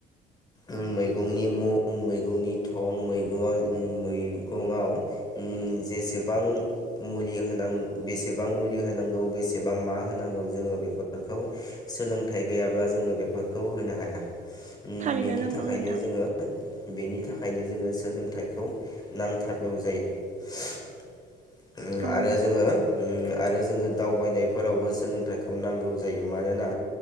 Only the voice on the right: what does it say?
थारैनो
नंगौ
नोंथां
औ
नोंथां